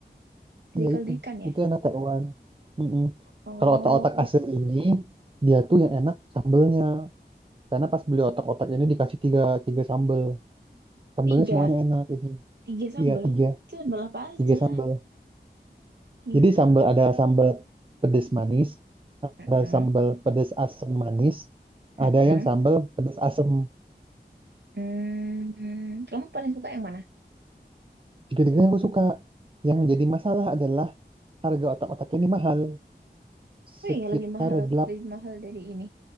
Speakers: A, on the right; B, on the right.
A: Dari
B: iya
A: kaldu
B: itu,
A: ikan ya.
B: itu enak tekwan. Mm-mm.
A: Oh,
B: Kalau otak-otak asin ini dia tuh yang enak sambelnya, karena pas beli otak-otak ini dikasih tiga tiga sambel, sambelnya
A: Tiga,
B: semuanya enak ini.
A: tiga sambal.
B: Iya tiga
A: Itu sambal apa aja?
B: tiga sambel.
A: Tiga
B: Jadi
A: sambal.
B: sambal ada sambal pedas manis,
A: heeh,
B: ada sambal pedas asam manis,
A: heeh.
B: ada yang sambal pedas asam.
A: Hmm, Kamu paling suka yang mana?
B: Tiga-tiganya aku suka. Yang jadi masalah adalah harga otak-otak ini mahal. Sekitar
A: Oh iya, lebih mahal,
B: 8,
A: lebih mahal dari ini.